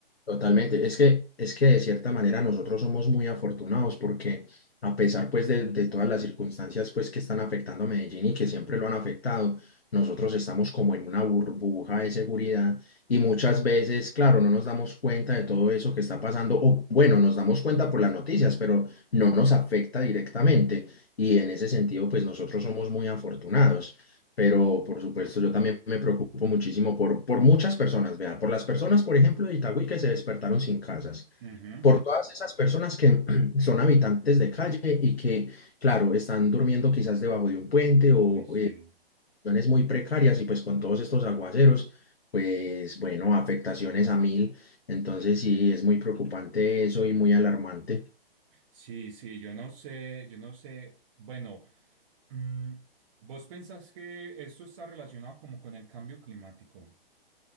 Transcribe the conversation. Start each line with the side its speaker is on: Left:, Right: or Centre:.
Left: Totalmente. Es que, es que de cierta manera nosotros somos muy afortunados porque a pesar pues de, de todas las circunstancias pues que están afectando a Medellín y que siempre lo han afectado, nosotros estamos como en una burbuja de seguridad y muchas veces, claro, no nos damos cuenta de todo eso que está pasando o bueno, nos damos cuenta por las noticias, pero no nos afecta directamente y en ese sentido pues nosotros somos muy afortunados pero por supuesto yo también me preocupo muchísimo por, por muchas personas, vea, por las personas, por ejemplo, de Itagüí que se despertaron sin casas,
Right: Ujú.
Left: por todas esas personas que <clears throat> son habitantes de calle y que, claro, están durmiendo quizás debajo de un puente
Right: Uy,
Left: o
Right: sí.
Left: eh, condiciones muy precarias y pues con todos estos aguaceros, pues bueno, afectaciones a mil, entonces sí, es muy preocupante eso y muy alarmante.
Right: Sí, sí, yo no sé, yo no sé. Bueno, mm, ¿vos pensás que esto está relacionado como con el cambio climático?